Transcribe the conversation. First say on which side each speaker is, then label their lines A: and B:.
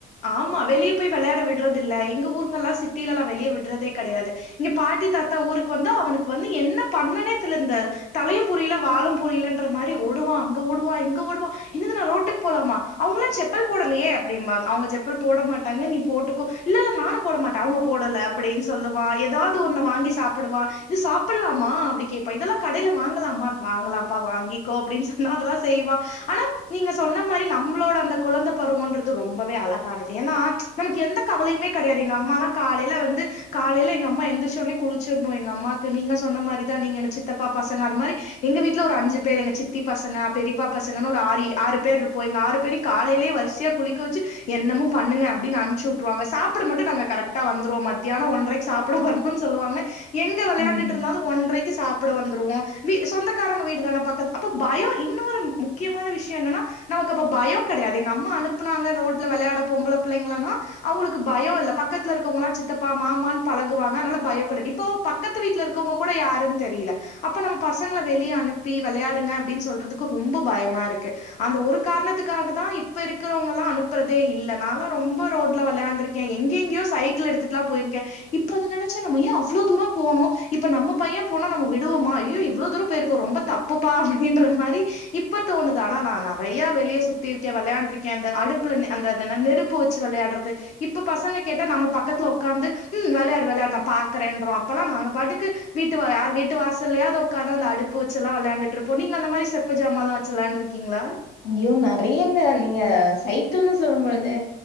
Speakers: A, on the left; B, on the left.
A: ஆமா வெளியே போய் வெளயாட விடுறது இல்ல எங்க ஊர்ங்கங்ல்லா சிட்டிலல்லா வெளியே விடுறதே கெடயாது இங்க பாட்டி தாத்தா ஊருக்கு வந்தா அவனுக்கு வந்து என்ன பண்ணனே தெர்ல இந்த தலையு புரியல வாலு புரியலன்ற மாரி ஓடுவா அங்க ஓடுவா இங்க ஓடுவா இன்னது நா ரோட்டுக்கு போலாமா அவங்களல்லா செப்பல் போடலயே அப்டிம்பாங்க அவுங்க செப்பல் போட மாட்டாங்க நீ போட்டுக்கோ இல்லல்ல நானு போட மாட்ட அவுங்க போடல அப்புடின் சொல்லுவா எதாது ஒன்ன வாங்கி சாப்புடுவா இது சாப்புல்லாமா அப்டி கேப்பா இதெல்லா கடைல வாங்கலாமா வாங்கலா பா வாங்கிக்கோ அப்டின் சொன்னா அதெல்லா செய்வா ஆனா நீங்க சொன்னமாரி நம்ளோட அந்த கொழந்த பருவோன்றது ரொம் பவே அழகானது எனா நமக்கு எந்த கவலையுமே கெடயாது எங்க அம்மாலா காலைல வந்து காலைல எங்க அம்மா எந்திரிச்ச உட்னே குளிச்சிர்ணு எங்க அம்மாக்கு நீங்க சொன்ன மாரிதா நீங்க எங்க சித்தப்பா பசங்க அது மாரி எங்க வீட்ல ஒரு அஞ்சு பேர் எங்க சித்தி பசங்க பெரிப்பா பசங்கனு ஒரு ஆறு எ ஆறு பேர் இருப்போ எங்க ஆறு பேரியு காலைலயே வரிசியா குளிக்க வெச்சு என்னமோ பண்ணுங்க அப்டின் அனுப்ச்சி உட்ருவாங்க சாப்பட மட்டு நாங்க கரெக்டா வந்துருவோ மத்யானோ ஒன்றைக்கு சாப்ட வந் ம் சொல்லுவாங்க எங்க விளையாடண்டுட்ருந்தாலு
B: ம்.
A: ஒன்றைக்கு சாப்பட வந்துருவோ வி சொந்தக்காரங்க வீடுதான பக்கத் அப்ப பயொ இன்னொரு முக் கியமான விஷ்யோ என்னன்னா நமக்கு அப்ப பயோ கடையாது எங்க அம்மா அனுப்புனாங்க ரோட்ல வெளையாட பொம்பள பிள்ளைங்களனா அவுங்களுக்கு பயோ இல்ல பக்கத்துல இருக்கவங்கல்லா சித்தப்பா மாமான் பழகுவாங்க அதனால பயொகிடையாது இப்போ பக்கத்து வீட்ல இருக்கவ்ங்ககூட யாருன் தெரில அப்ப நம்ம பசங்கள வெளிய அனுப்பி வெளையாடுங்க அப்டின் சொல்றதுக்கு ரொம்ப பயமா இருக்கு அந்த ஒரு காரணத்துக்காகதா இப்ப இருக் இருக்குறவங்களா அனுப்புறதே இல்ல நாளா ரொம்ப ரோட்ல வெளையாண்டு இருக்கே எங்கெங்கயோ சைக்கிள் எடுத்துட்டுல்லா போய்ருக்க இப்போ அத நெனச்சா நம்ம ஏ அவ்ளோ தூரோ போனோ இப்ப நம்ம பைய போனா நம்ம விடுவோமா அயோ இவ்ளோ தூரோ போய்ருக்கோ ரொம்ப தப் புப்பா அப்டின்ற மாரி இப்பதோனுது ஆனா நா நறைய வெளிய சுத்தி இருக்கே வெளையாண்ருக் க அந்த அடுப்புல அந்த அந் நெருப்பு வெச்சு வெளையாட்றது இப்ப பசங்க கேட்டா நம்ம பக்கத்துல ஒக்காந்து ம் வெளையாடு வெளையாடு நா பாக்குறேன்றோ அப்பல்லா நாங்க பாட்டுக்கு வீட்டு வா யார் வீட்டு வாசல்லயாவது ஒக்காந்து அந்த அடுப்பு வெச்சல்லா வெளையாண்டுட்ருப்போ நீங்க அந்த மாரி செப்பு ஜாமாலா வெச்சு வெளையாண்ருக் கீங்ளா
B: ஐயோ நறையாங்க நீங்க சைக்கிள்னு சொல்லும்போது